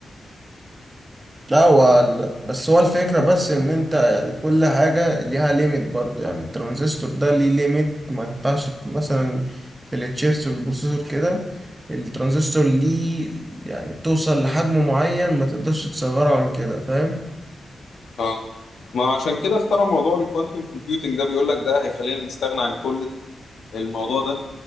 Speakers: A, on the right; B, on the left.
A: لا هو ال- بس هو الفكرة بس إن أنت يعني كل حاجة ليها ليميت برضه يعني الترانزستور ده ليه ليميت ما ينفعش ت- مثلا في التشيبس والبروسيسور كده الترانزستور ليه يعني بتوصل لحجم معين ما تقدرش تصغره عن كده فاهم؟
B: اه ما عشان كده اخترعوا موضوع الكوانتم كومبيوتنج ده بيقول لك ده هيخلينا نستغنى عن كل الموضوع ده